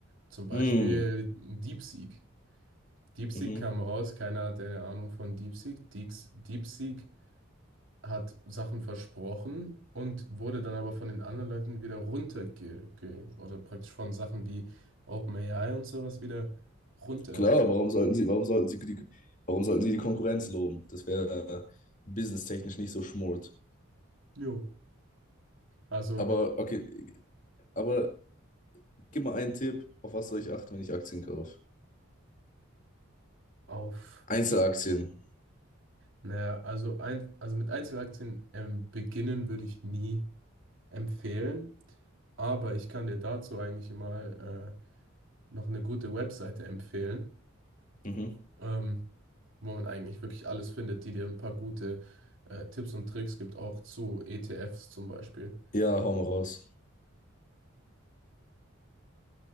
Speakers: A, on the right (about 65°); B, on the left (about 35°).
A: Zum Beispiel
B: Hm,
A: DeepSeek. DeepSeek
B: mhm.
A: kam raus, keiner hatte eine Ahnung von DeepSeek. Deeks DeepSeek hat Sachen versprochen und wurde dann aber von den anderen Leuten wieder runterge ge- oder praktisch von Sachen wie OpenAI und sowas wieder runtergeredet.
B: Klar, warum sollten sie, warum sollten sie die, warum sollten sie die Konkurrenz loben? Das wäre äh, businesstechnisch nicht so schmort.
A: Jo. Also
B: Aber okay, aber gib mal einen Tipp, auf was soll ich achten, wenn ich Aktien kaufe?
A: auf,
B: Einzelaktien.
A: naja, also ein, also mit Einzelaktien ähm, beginnen würde ich nie empfehlen, aber ich kann dir dazu eigentlich mal äh, noch eine gute Webseite empfehlen,
B: Mhm.
A: ähm, wo man eigentlich wirklich alles findet, die dir ein paar gute äh, Tipps und Tricks gibt, auch zu ETFs zum Beispiel.
B: Ja, hau mal raus.